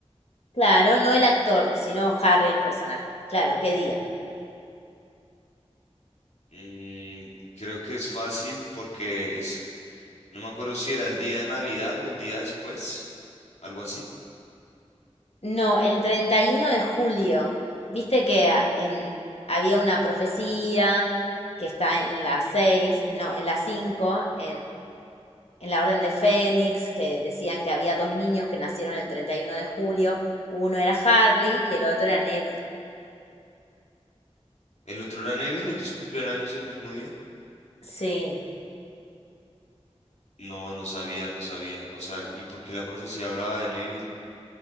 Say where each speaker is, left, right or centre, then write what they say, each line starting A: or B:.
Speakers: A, on the left; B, on the left.
A: Claro, no el actor, sino Harry el personaje. Claro, ¿qué día?
B: Mm, creo que es fácil porque es, no me acuerdo si era el día de Navidad o el día después, algo así.
A: No, el 31 de julio. Viste que a- en, había una profecía que está en la 6, no, en la 5, en en la Orden del Fénix, que decían que había dos niños que nacieron el 31 de julio. Uno era Harry y el otro era Neville.
B: El otro era Neville, ellos cumplían años el mismo día.
A: Sí.
B: No, no sabía, no sabía. O sea, ¿y por qué la profecía hablaba de Neville?